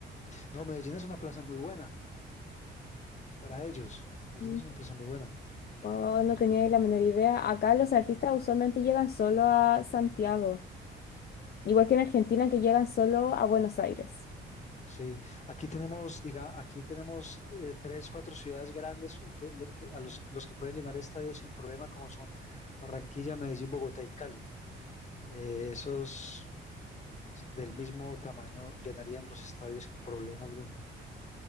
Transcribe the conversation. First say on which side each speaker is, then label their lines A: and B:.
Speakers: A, on the left; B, on the left.
A: No, Medellín es una plaza muy buena para ellos, Medellín
B: Mm.
A: es una plaza muy buena.
B: Wow, no tenía ni la menor idea. Acá los artistas usualmente llegan solo a Santiago, igual que en Argentina que llegan solo a Buenos Aires.
A: Sí, aquí tenemos, diga, aquí tenemos eh, tres, cuatro ciudades grandes que, lo- que- a los, los que pueden llenar estadios sin problema, como son Barranquilla, Medellín, Bogotá y Cali. Eh, esos del mismo tamaño llenarían los estadios sin problema alguno.